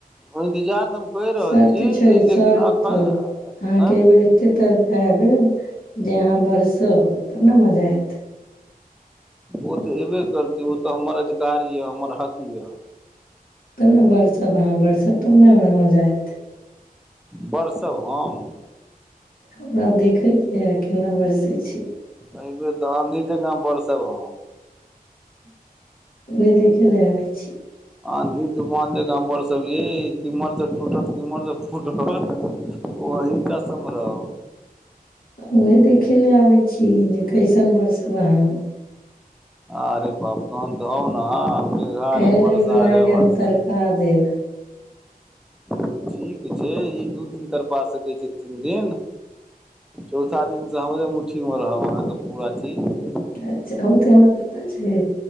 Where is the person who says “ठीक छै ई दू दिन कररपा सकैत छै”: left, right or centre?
Centre